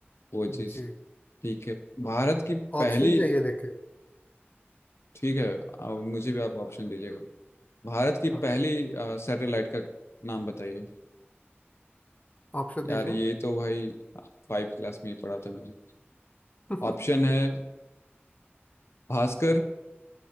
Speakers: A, on the left; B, on the left.
A: वो चीज़
B: जी
A: ठीक है भारत की पहली
B: ऑप्शन चाहिए लेके
A: ठीक है आ, मुझे भी आप ऑप्शन दीजिएगा भारत की
B: हाँ
A: पहली सैटेलाइट का नाम बताइए
B: ऑप्शन दीजिए
A: यार ये तो भाई फाइव क्लास में ही पढ़ा था मैंने
B: <laughs>
A: ऑप्शन है भास्कर